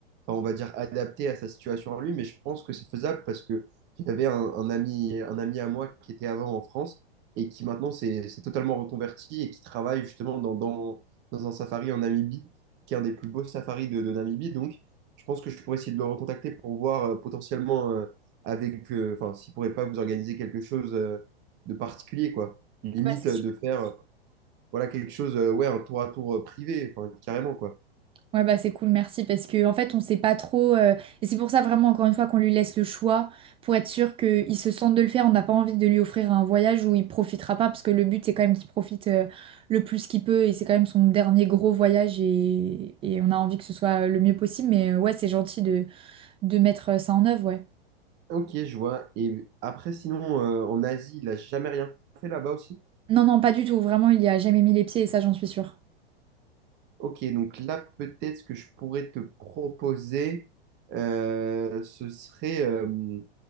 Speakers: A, on the right; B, on the right.
A: enfin, on va dire, adapté à sa situation à lui. Mais je pense que c'est faisable parce que j'avais un, un ami, un ami à moi qui était avant en France et qui maintenant s'est s'est totalement reconverti et qui travaille justement dans, dans, dans un safari en Namibie, qui est un des plus beaux safaris de, de Namibie. Donc, je pense que je pourrais essayer de le recontacter pour voir euh, potentiellement euh, avec, euh, enfin, s'il pourrait pas vous organiser quelque chose euh, de particulier, quoi. Limite
B: Ouais, c'est
A: euh,
B: sûr.
A: de faire voilà quelque chose, euh, ouais, un tour à tour euh, privé, enfin, carrément, quoi.
B: Ouais, bah c'est cool, merci, parce que en fait, on sait pas trop. euh, et c'est pour ça, vraiment, encore une fois, qu'on lui laisse le choix pour être sûr qu'il se sente de le faire. On n'a pas envie de lui offrir un voyage où il profitera pas, parce que le but, c'est quand même qu'il profite euh, le plus qu'il peut. Et c'est quand même son dernier gros voyage, et, et on a envie que ce soit le mieux possible. Mais euh, ouais, c'est gentil de de mettre euh, ça en œuvre, ouais.
A: Ok, je vois. Et après, sinon, euh, en Asie, il n'a jamais rien fait là-bas aussi.
B: Non, non, pas du tout. Vraiment, il y a jamais mis les pieds et ça, j'en suis sûre.
A: Ok, donc là, peut-être ce que je pourrais te proposer, euh, ce serait, euh,